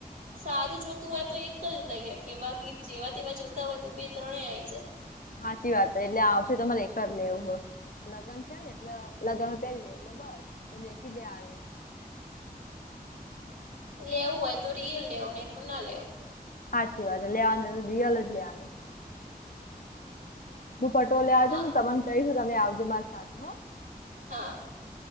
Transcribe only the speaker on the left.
હાચી વાત એટલે આવશે તમારે એક લેવું હોય લગન છે. ને એટલે લગન પેર લઈએ એટલે બસ તો મેકી દેવાનું.
હાચી વાત લેવાનું તો રિયલ જ લેવાનું. હું પટોળું લેવા
જઉં ને તો તમ ને કઈશ તમે આવજો મારી સાથે હ.